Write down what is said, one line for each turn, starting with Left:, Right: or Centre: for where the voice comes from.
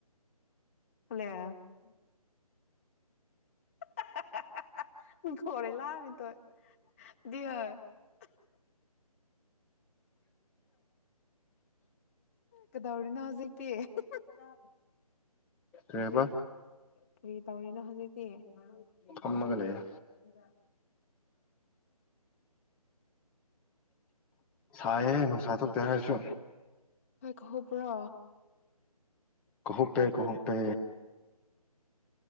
Left: <unintelligible> <unintelligible> <unintelligible> ꯀꯗꯧꯔꯤꯅꯣ ꯍꯧꯖꯤꯛꯇꯤ <unintelligible>
Centre: ꯀꯔꯤ ꯍꯥꯏꯕ
Left: ꯀꯔꯤ ꯇꯧꯔꯤꯅꯣ ꯍꯧꯖꯤꯛ <unintelligible> ꯃꯔꯨꯞꯀꯤ
Centre: ꯐꯝꯃꯒ
Left: ꯌꯨꯝꯁꯨꯂꯥꯏ
Centre: ꯂꯩꯌꯦ
Left: ꯍꯥꯏꯔꯦ ꯑꯗꯨꯒ
Centre: ꯁꯥꯏꯍꯦ ꯅꯨꯡꯁꯥ ꯊꯣꯛꯇꯦ ꯍꯥꯏꯁꯨ
Left: ꯀꯥꯍꯧꯕ꯭ꯔꯣ
Centre: ꯀꯍꯣꯄꯦ ꯀꯍꯨꯝꯄꯦ